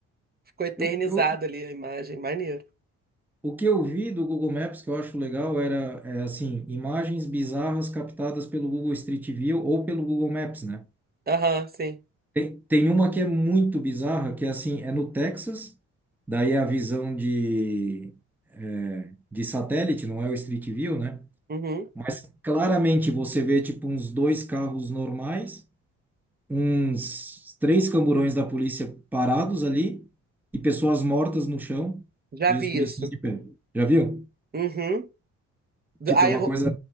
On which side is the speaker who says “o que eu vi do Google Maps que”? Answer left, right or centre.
Centre